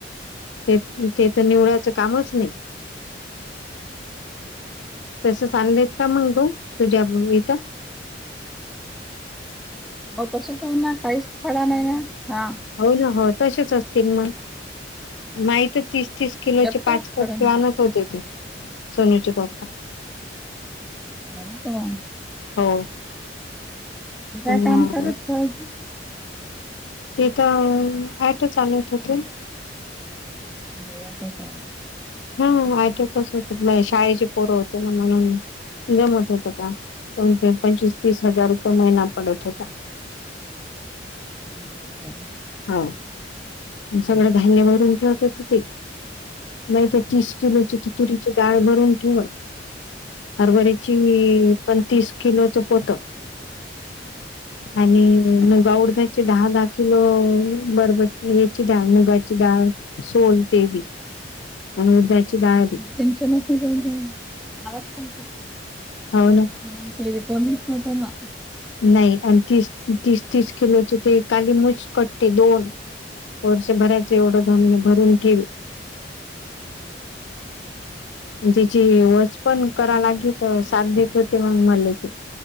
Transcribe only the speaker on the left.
ते त ते तर निवळा्याचं कामच नाही. तस चांगलेत का मंगऊ. तू जाब मग इथ.
होय ना हो तसेच असतील मग. माही तर तीस तीस किलोची
पाचपट्टी
आणत होते ते सोनूचे पाप्पा.
हो.
पण
तिथ ॲटो चालवता तो.
हा हा हा ऑटोच असे तर शाळेचे पोरं होते ना म्हणून. जमत होत काम कोण ते पंचवीस तीस हजार रुपये महिना पडत होता.
हाऊ आणि सगळं धान्य भरून ठेवत होत ते. नाही तर तीस किलोची ति तुरीची डाळ भरून ठीवलं. हरभरीची पण तीस किलोचं पोतं. आणि म ग ऊडधाची दहा दहा किलो बरबट याची डाळ मुगाची डाळ सोल ते बी आणि उडदाची दाळ बी
हो ना
नाही आणि तीस तीस तीस किलोचे ते कालिमुच कट्टे दोन. वर्षभराचं
एवढं धान्य भरून ठेवील.
त्याची वच पण
करा
लागेत
साथ
देत होते मग मला की